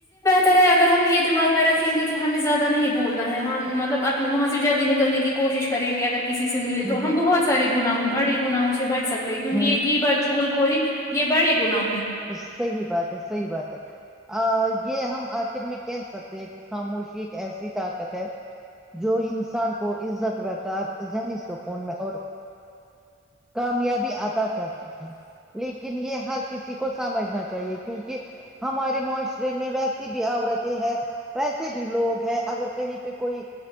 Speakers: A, on the left; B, in the centre.
A: طرح اگر ہم یہ دماغ میں رکھیں گے کہ ہمیں زیادہ نہیں بولنا ہے ہم مطلب اپنے وہاں سے بھی جلدی نکلنے کی کوشش کریں گے اگر کسی سے ملے
B: ہ
A: تو ہم بہت سارے گناہوں بڑے گناہوں سے بچ سکتے کیونک
B: ہ
A: یہ گھی بچو گل خوری یہ بڑے گنا
B: تو صحیح بات ہے صحیح بات ہے یہ ہم آخر میں کہہ سکتے ہیں کہ خاموشی ایک ایسی طاقت ہے جو انسان کو عزت وقار ذہنی سکون میں اور کامیابی عطا کرتی ہے لیکن یہ ہر کسی کسی کو سمجھنا چاہیے کیونکہ ہمارے معاشرے میں ویسی بھی عورتیں ہے ویسے بھی لوگ ہے اگر کہیں پہ کوئی